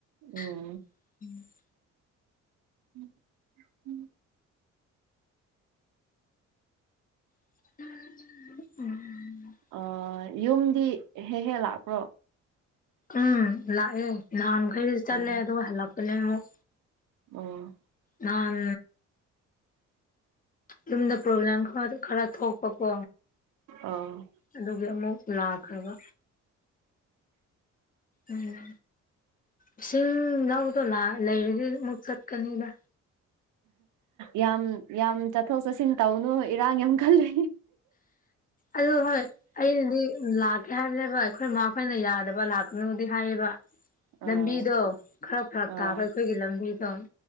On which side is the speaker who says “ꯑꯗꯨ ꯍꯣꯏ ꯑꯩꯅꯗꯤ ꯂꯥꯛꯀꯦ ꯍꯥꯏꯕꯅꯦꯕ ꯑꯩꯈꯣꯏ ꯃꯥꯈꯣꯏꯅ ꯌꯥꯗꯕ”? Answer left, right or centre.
Left